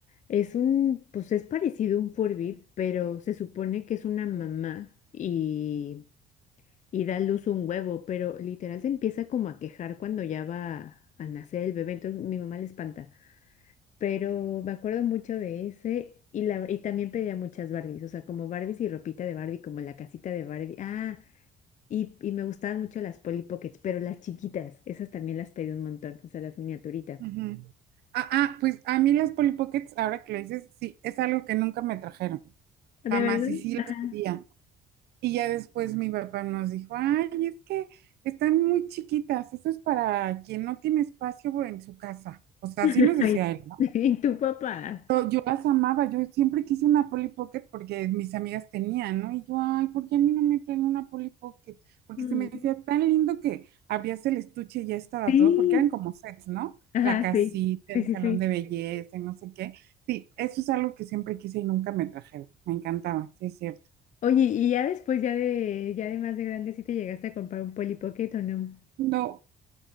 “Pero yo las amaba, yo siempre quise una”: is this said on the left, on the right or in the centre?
Right